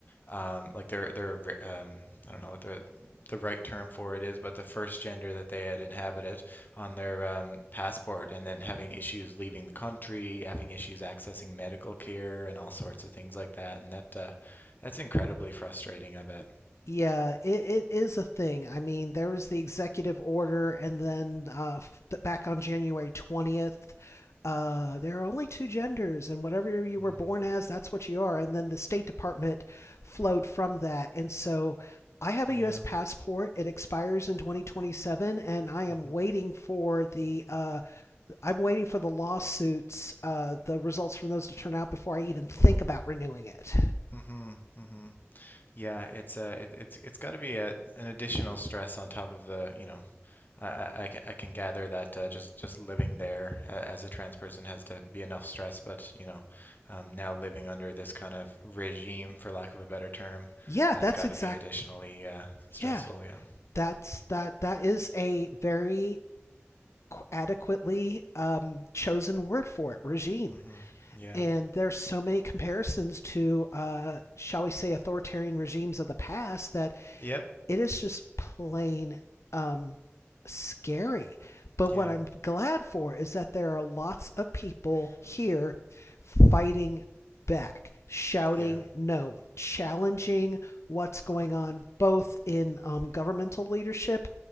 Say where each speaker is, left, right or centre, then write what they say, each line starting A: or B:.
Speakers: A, on the left; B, on the left.
A: um, like their their um, I don't know what the the right term for it is, but the first gender that they had inhabited on their um, passport, and then having issues leaving the country, having issues accessing medical care, and all sorts of things like that. And that uh, that's incredibly frustrating, I bet.
B: Yeah, it, it is a thing. I mean, there was the executive order, and then uh, f- back on January 20th, uh, there are only two genders, and whatever you were
A: Mm,
B: born as, that's what you are. And then the State Department flowed from that. And so I have a
A: yeah.
B: U.S. passport. It expires in 2027, and I am
A: hmm
B: waiting for the uh, I'm waiting for the lawsuits, uh, the results from those to turn out before I even think about renewing it.
A: hmm hmm Yeah, it's a it, it's it's got to be a an additional stress on top of the, you know, I, I, I I can gather that uh, just just living there as a trans person has to be enough stress, but you know, um, now living under this kind of regime, for lack of a better term,
B: Yeah,
A: has
B: that's
A: got
B: exact.
A: to be additionally uh,
B: Yeah,
A: stressful. Yeah.
B: that's that that is a very adequately um, chosen word for it regime
A: hmm Yeah.
B: and there's so many comparisons to uh, shall we say authoritarian regimes of the past that
A: Yep.
B: it is just plain um, scary but
A: Yeah.
B: what i'm glad for is that there are lots of people here fighting back shouting
A: Yeah.
B: no challenging what's going on both in um, governmental leadership